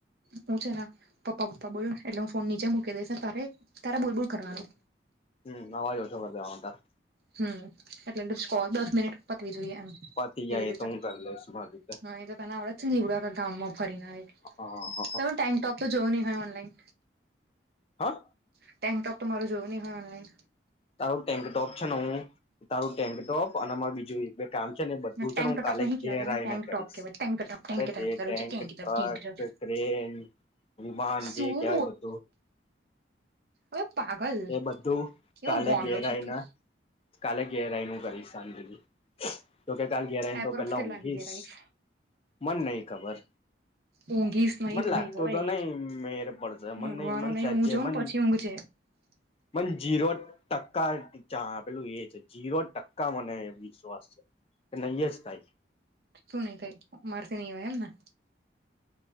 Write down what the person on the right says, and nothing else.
હું છે ને પપ્પા પપ્પા બોલુન, એટલે હું ફોન નીચે મૂકી દઈશ, ને તારે તારે બોલ બોલ કરવાનું
હમ એટલે ડિસ્કો દસ મિનિટ પતવી જોઈએ એમ
એવી રીતેના
હા એ તો તને આવડે નીવડું આ ગામમાં ફરીને આવે
તો ટાઈમ ટોપ તો જોયું નહી હોય ઓનલાઈન
ટેન્ક ટોપ તો મારો જોયો નહી હય ઓનલાઇન.
ટેન્ક
ટોપ
નહીં કહેવાતા
ને
ટેન્ક
ટોપ કહેવાય ટેન્ક ટોપ tank
ટોપ
કરું
છે top
tank Top
શું
હ પાગલ.
કેવો
ગોંડ્યો
છે
તું
એપ્રોક્સ
કેટલા
વાગે ઘેર આવીશ
ઊંઘીશ નહી
ભાઈ
ઓય
ઊંઘવાનું
નહી
હું જઉં
ને પછી <inaudible>
શું નહિ થાય, મારેથી નહિ આવાય એમને.